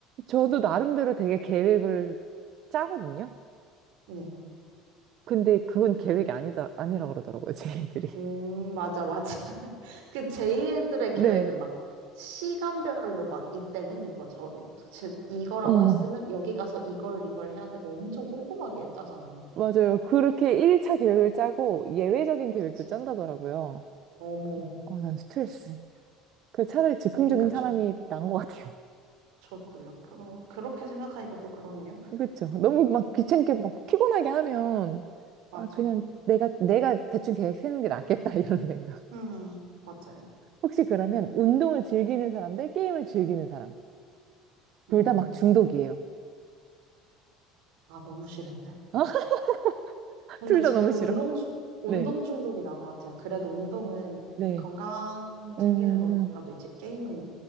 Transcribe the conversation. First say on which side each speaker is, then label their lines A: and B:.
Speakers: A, on the right; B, on the right.
A: 저도 나름대로 되게 계획을 짜거든요.
B: 네.
A: 근데 그건 계획이 아니다, 아니라 그러더라고요, 제이들이
B: 음, 맞아, 맞아. <laughs> 그 J들의 계획은
A: <laughs> 네.
B: 막 시간별로 막 이때는 이거, 저, 제- 이거라고
A: 어.
B: 했으면 여기 가서 이걸, 이걸 해야 되고 엄청 꼼꼼하게 짜잖아요.
A: 맞아요. 그렇게 1차 계획을 짜고 예외적인 계획도
B: 그치.
A: 짠다더라고요.
B: 어머.
A: 어, 난 스트레스. 그 차라리 즉흥적인
B: 그니까
A: 사람이
B: 저,
A: 나은 것 같아요.
B: 저도요. 그러, 그렇게 생각하니까 또 그러네요.
A: <laughs> 그렇죠. 너무 막 귀찮게 막 피곤하게 하면
B: 맞죠.
A: 아 그냥 내가 내가 대충 계획 세우는 게 낫겠다 <laughs> 이런 생각.
B: 음, 맞아요.
A: 혹시 그러면 운동을 즐기는 사람 대 게임을 즐기는 사람 둘
B: 음,
A: 다 막 중독이에요.
B: 아, 너무 싫은데?
A: <laughs>
B: 근데
A: 둘
B: 저는
A: 다 너무 싫어.
B: 운동, 중- 운동
A: 네,
B: 중독이 나은 것 같아요. 그래도 운동은
A: 네,
B: 건강
A: 음,
B: 챙기는 거라도 있지, 게임은